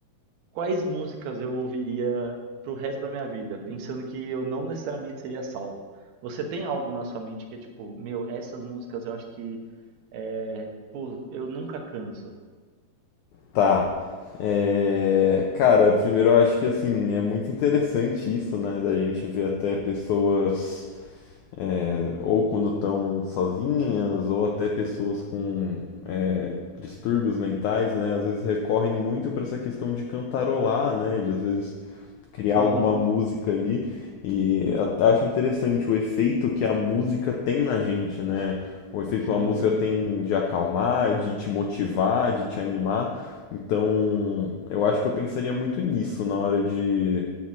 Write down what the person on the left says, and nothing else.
Tá. É, Cara, primeiro eu acho que assim, é muito interessante isso, né? Da gente ver até pessoas, é, ou quando estão sozinhas, ou até pessoas com é, distúrbios mentais, né? Às vezes recorrem muito para essa questão de cantarolar, né? De às vezes criar
alguma música ali. E eu até acho interessante o efeito que a música tem na gente, né? O efeito
que uma música
tem de acalmar, de te motivar, de te animar. Então, eu acho que eu pensaria muito nisso na hora de,